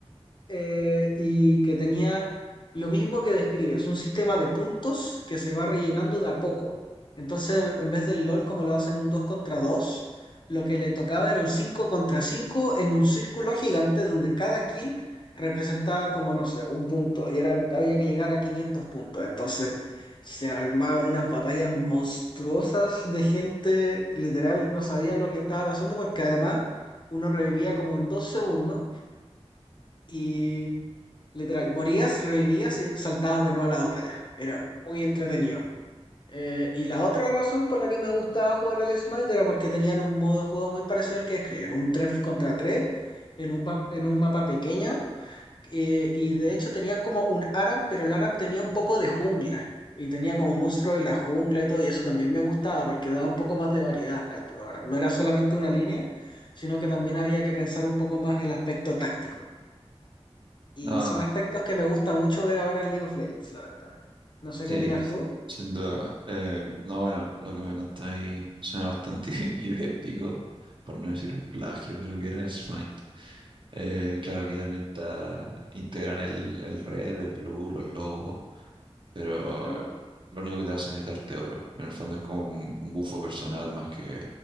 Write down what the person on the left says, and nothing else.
eh, y que tenía lo mismo que describes, un sistema de puntos que se va rellenando de a poco. Entonces, en vez del LOL, como lo hacen un 2 contra dos lo que le tocaba era un 5 contra 5 en un círculo gigante donde cada kill representaba como, no sé, un punto y era, había que llegar a 500 puntos. Entonces, se armaban unas batallas monstruosas de gente, literal, no sabía lo que estaba pasando porque además uno revivía como en dos segundos y literal, morías, revivías y saltabas de nuevo a la batalla. Era muy entretenido. Eh, y la otra razón por la que me gustaba jugar el Smite era porque tenían un modo de juego muy parecido al que describes, un 3 contra 3 en un, pa- en un mapa pequeño. eh, y de hecho tenía como un ARAM, pero el ARAM tenía un poco de jungla. Y tenía como monstruo de la jungla y todo. Y eso también me gustaba porque daba un poco más de variedad al puro ARAM. No era solamente una línea, sino que también había que pensar un poco más el aspecto táctico. Y
son aspectos que me gusta mucho ver ahora en League of Legends, la verdad. No sé
qué opinas tú.
Claro,